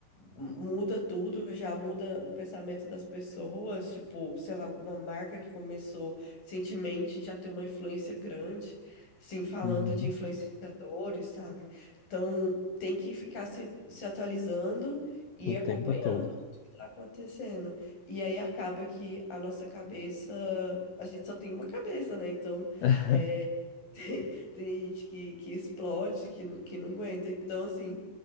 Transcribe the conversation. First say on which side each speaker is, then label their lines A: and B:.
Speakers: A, on the left (about 50°); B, on the left (about 75°).
A: muda tudo, já muda o pensamento das pessoas. Tipo, sei lá, alguma marca que começou recentemente já tem uma influência grande. Sim, falando
B: Uhum.
A: de influenciadores, sabe? Então tem que ficar se, se atualizando e
B: O
A: acompanhando
B: tempo todo.
A: tá acontecendo? E aí acaba que a nossa cabeça, a gente só tem uma cabeça, né? Então
B: <laughs>
A: <laughs> tem, tem gente que, que explode, que, n- que não aguenta. Então, assim,